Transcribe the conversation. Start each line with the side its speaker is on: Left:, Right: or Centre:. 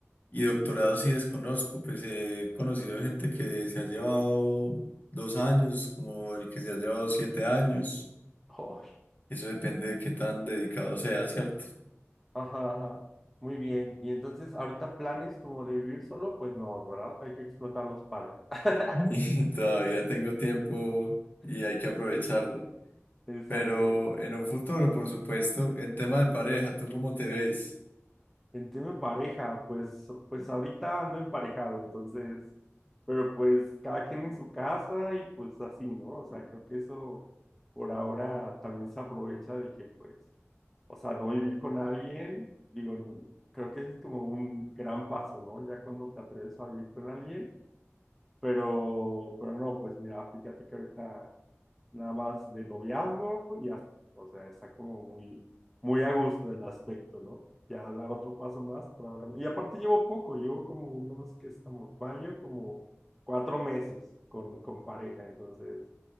Left: y doctorado sí desconozco, pues he conocido gente que se ha llevado dos años, como el que se ha llevado siete años.
Centre: Oh,
Left: Eso depende de qué tan dedicado sea, ¿cierto? <laughs>
Centre: Ajá, ajá. Muy bien. Y entonces, ahorita planes como de vivir solo, pues no, ¿verdad? Hay que explotar los padres. <laughs>
Left: Y todavía tengo tiempo y hay que aprovecharlo.
Centre: Exacto.
Left: Pero en un futuro, por supuesto, en tema de pareja, ¿tú cómo te ves?
Centre: En tema de pareja, pues, pues ahorita ando emparejado, entonces, pero pues cada quien en su casa y pues así, ¿no? O sea, creo que eso por ahora también se aprovecha de que, pues, o sea, no vivir con alguien, digo, creo que ese es como un gran paso, ¿no? Ya cuando te atreves a vivir con alguien Pero, pero no, pues mira, fíjate que ahorita nada más de noviazgo y así, o sea, está como muy, muy a gusto el aspecto, ¿no? Ya dar otro paso más, probablemente. Y aparte llevo poco, llevo como unos que estamos, mayo, como cuatro meses con, con pareja, entonces